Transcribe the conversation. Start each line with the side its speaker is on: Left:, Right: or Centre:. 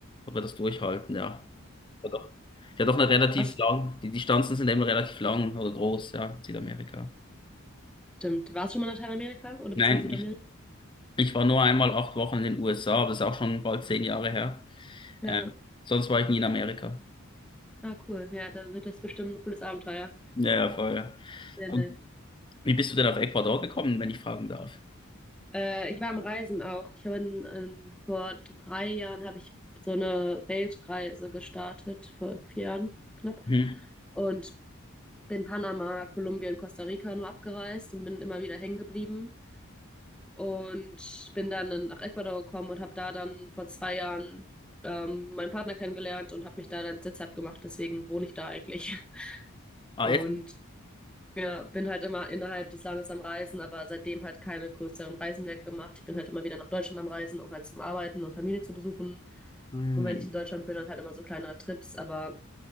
Left: ob wir das durchhalten, ja. ja doch, ja, doch eine relativ
Centre: Das
Left: lang, die Distanzen sind eben relativ lang oder groß, ja, Südamerika.
Centre: stimmt. Warst du schon mal in Lateinamerika oder
Left: Nein,
Centre: beziehungsweise Südamerika?
Left: ich, ich war nur einmal acht Wochen in den USA, aber das ist auch schon bald zehn Jahre her.
Centre: Ja,
Left: Ähm, sonst war ich nie in Amerika.
Centre: ah, cool. Ja, dann wird das bestimmt ein cooles Abenteuer.
Left: Ja, ja, voll. ja.
Centre: Ja,
Left: Und wie bist du denn auf Ecuador gekommen, wenn ich fragen darf?
Centre: Äh, ich war am Reisen auch. Ich habe in, vor drei Jahren habe ich so eine Weltreise gestartet, vor vier Jahren knapp.
Left: Hm.
Centre: Und bin Panama, Kolumbien, Costa Rica nur abgereist und bin immer wieder hängen geblieben. Und bin dann in- nach Ecuador gekommen und habe da dann vor zwei Jahren ähm, meinen Partner kennengelernt und habe mich da dann sitzhaft gemacht. Deswegen wohne ich da eigentlich. <laughs>
Left: Ah,
Centre: Und
Left: jetzt.
Centre: ja, bin halt immer innerhalb des Landes am Reisen, aber seitdem halt keine größeren Reisen mehr gemacht. Ich bin halt immer wieder nach Deutschland am Reisen, um halt zum Arbeiten und Familie zu besuchen.
Left: Hm.
Centre: Und wenn ich in Deutschland bin, dann halt immer so kleine Trips. Aber